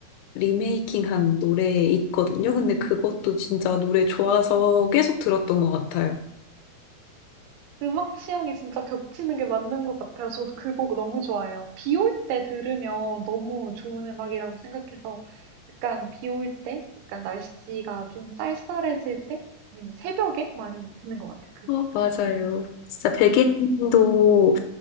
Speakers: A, on the left; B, on the right.
A: 리메이킹한 노래 있거든요. 근데 그것도 진짜 노래 좋아서 계속 들었던 것 같아요.
B: 음악 취향이 진짜 겹치는 게 맞는 것 같아요. 저도 그 곡 너무 좋아해요. 비올 때 들으면 너무 좋은 음악이라고 생각해서 약간 비올 때, 약간 날씨가 좀 쌀쌀해질 때, 아니면 새벽에 많이 듣는 것 같아요. 그
A: 어,
B: 곡.
A: 맞아요. 진짜 백예린도